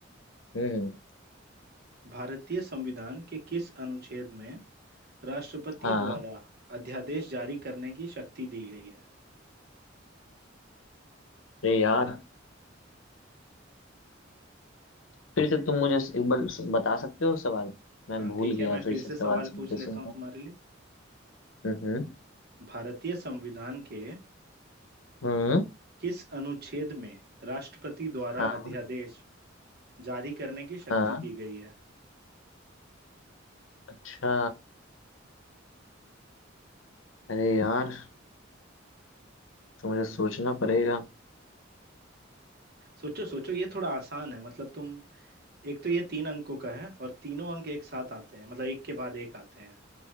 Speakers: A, on the left; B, on the right.
A: हम्म
B: भारतीय संविधान के किस अनुच्छेद में राष्ट्रपति
A: हाँ
B: द्वारा अध्यादेश जारी करने की शक्ति दी गई है
A: अरे यार फिर से तुम मुझे एक बार स- बता सकते हो सवाल मैं
B: हाँ
A: भूल
B: ठीक
A: गया
B: है मैं
A: फिर
B: फिर
A: से
B: से
A: सवाल
B: सवाल
A: सुनते
B: पूछ लेता
A: सुनते
B: हूँ तुम्हारे लिए
A: हम्म
B: भारतीय संविधान के
A: हम्म
B: किस अनुच्छेद में राष्ट्रपति द्वारा
A: हाँ
B: अध्यादेश जारी करने की शक्ति
A: हाँ
B: दी गई है
A: अच्छा अरे यार तो मुझे सोचना पड़ेगा
B: सोचो सोचो ये थोड़ा आसान है मतलब तुम एक तो ये तीन अंकों का है और तीनों अंक एक साथ आते हैं मतलब एक के बाद एक आते हैं